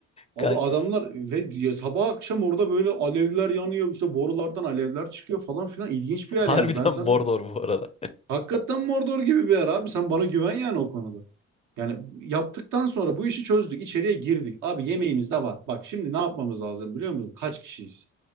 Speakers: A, on the right; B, on the left.
A: Abi
B: Kank
A: adamlar ve ya sabah akşam orada böyle alevler yanıyor işte borulardan alevler çıkıyor falan filan ilginç bir yer
B: harbiden
A: yani. Ben sana
B: Mordor bu arada.
A: Hakikaten Mordor gibi bir yer abi. Sen bana güven yani o konuda. Yani yaptıktan sonra bu işi çözdük. içeriye girdik. Abi yemeğimiz de var. Bak şimdi ne yapmamız lazım biliyor musun? Kaç kişiyiz?